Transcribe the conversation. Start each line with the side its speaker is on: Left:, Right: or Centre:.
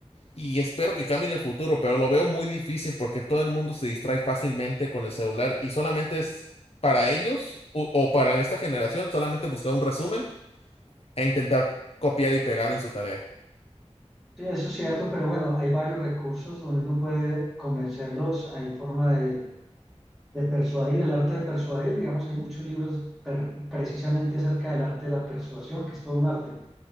Left: y espero que cambie en el futuro, pero lo veo muy difícil porque todo el mundo se distrae fácilmente con el celular y solamente es para ellos o o para esta generación, solamente buscar un resumen e intentar copiar y pegar en su tarea.
Centre: Sí, eso es cierto, pero bueno, hay varios recursos donde uno puede convencerlos, hay forma de, de persuadir, el arte de persuadir, digamos, hay muchos libros per- precisamente acerca del arte de la persuasión, que es todo un arte,